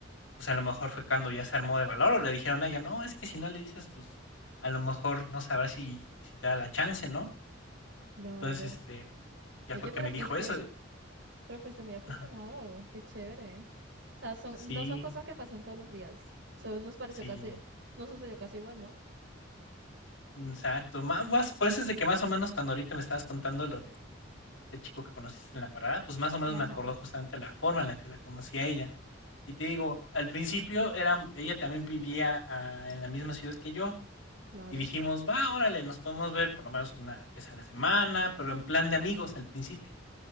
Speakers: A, on the left; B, on the right.
A: pues, a lo mejor fue cuando ya se armó de valor, o le dijeron a ella: "No, es que si no le dices, pues, a lo mejor no sabrás si si te da la chance", ¿no?
B: claro.
A: Entonces, este, ya
B: Oye,
A: fue que
B: pero
A: me dijo
B: fuiste,
A: eso
B: pero fuiste muy afortunado.
A: ajá.
B: Qué chévere. ¿eh? O sea, son,
A: Sí,
B: no son cosas que pasan todos los días. Solo nos pareció
A: sí,
B: casi, nos sucedió casi igual, ¿no?
A: exacto. Ma más por eso es de que más o menos cuando ahorita me estabas contando lo de este chico que conociste en la parada, pues, más o menos
B: Ajá,
A: me acordó justamente la forma en la que la conocí a ella. Y te digo, al principio era ella también vivía, ah, en la misma ciudad que yo.
B: claro.
A: Y dijimos, va, órale, nos podemos ver por lo menos una vez a la semana, pero en plan de amigos al principio.